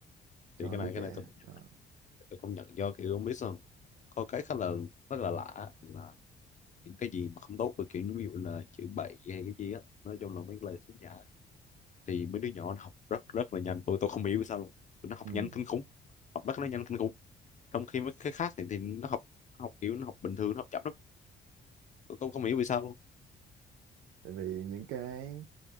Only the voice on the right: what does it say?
cho
lứa
trẻ
đó.
Ừ.
Tại vì những cái